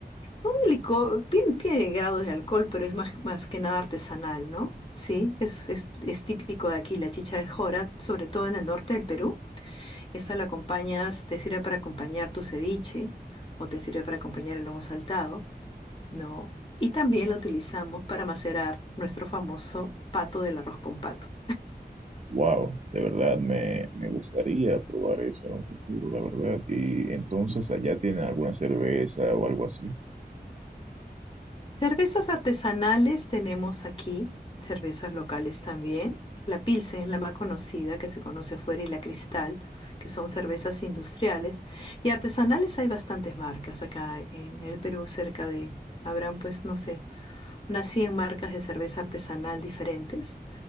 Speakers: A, on the left; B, on the right.
A: no de licor, bien tiene grados de alcohol, pero es más, más que nada artesanal, ¿no? Sí, es, es, es típico de aquí la chichajora, sobre todo en el norte del Perú. Esa la acompañas, te sirve para acompañar tu ceviche o te sirve para acompañar el lomo saltado, ¿no? Y también la utilizamos para macerar nuestro famoso pato del arroz con pato.
B: Wow, de verdad me, me gustaría probar eso en un futuro, la verdad. Y entonces allá tienen alguna cerveza o algo así.
A: Cervezas artesanales tenemos aquí, cervezas locales también. La Pilsen es la más conocida, que se conoce fuera, y la Cristal, que son cervezas industriales. Y artesanales hay bastantes marcas acá en el Perú, cerca de, habrán pues, no sé, unas 100 marcas de cerveza artesanal diferentes,